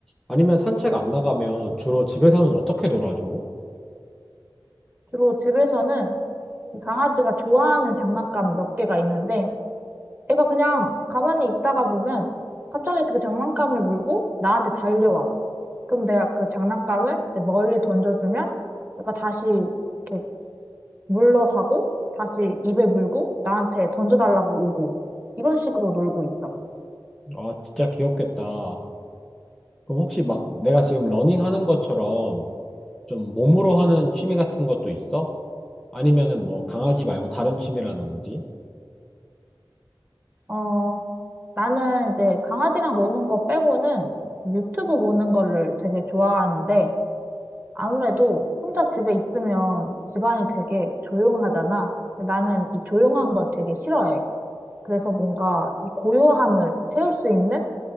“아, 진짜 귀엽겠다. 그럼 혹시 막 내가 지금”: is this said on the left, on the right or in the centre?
Centre